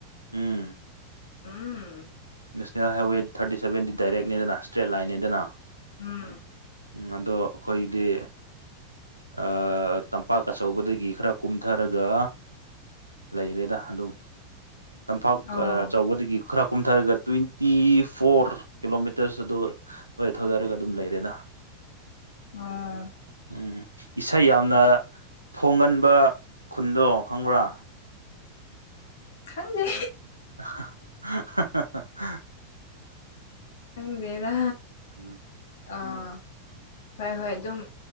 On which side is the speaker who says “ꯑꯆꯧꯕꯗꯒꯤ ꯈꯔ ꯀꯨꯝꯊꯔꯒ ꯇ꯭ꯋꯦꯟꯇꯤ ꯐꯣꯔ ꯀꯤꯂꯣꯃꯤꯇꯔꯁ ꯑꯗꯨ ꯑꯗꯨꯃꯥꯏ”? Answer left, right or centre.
Right